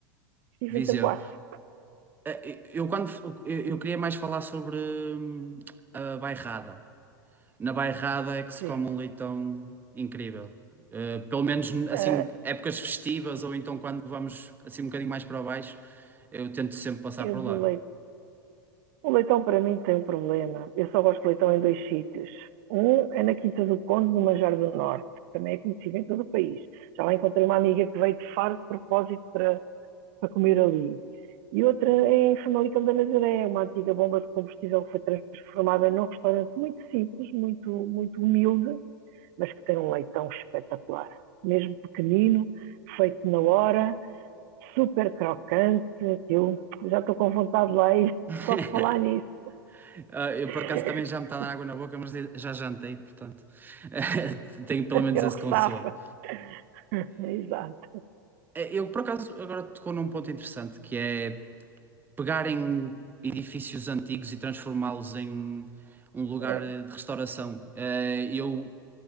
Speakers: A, on the right (about 45°); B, on the right (about 15°).
A: estive
B: Viseu.
A: em Tamboaço.
B: Eh, Eu, quando f- eu, eu queria mais falar sobre hum, a bairrada. Na bairrada é que se
A: Sim.
B: come um leitão incrível. Eh, pelo menos assim,
A: Uh,
B: épocas festivas ou então quando vamos assim um bocadinho mais para baixo, eu tento sempre passar
A: eu
B: por
A: do
B: lá.
A: leite O leitão para mim tem um problema. Eu só gosto de leitão em dois sítios. Um é na Quinta do Conde, no Manjar do Norte. que Também é conhecido em todo o país. Já lá encontrei uma amiga que veio de Faro de propósito para, para comer ali. E outra é em Famalicão da Nazaré, uma antiga bomba de combustível que foi transformada num restaurante muito simples, muito, muito humilde, mas que tem um leitão espetacular. Mesmo pequenino, feito na hora, super crocante. Eu já estou com vontade lá e
B: <laughs>
A: só de falar nisso.
B: Ah, Eu
A: <laughs>
B: por acaso também já me está a dar água na boca, mas já jantei, portanto <laughs> tenho pelo menos
A: É
B: esse
A: o que
B: consolo.
A: safa. <laughs> Exato.
B: Eh, Eu por acaso agora tocou num ponto interessante que é pegarem edifícios antigos e transformá-los em um lugar
A: É.
B: de restauração. Eh, eu,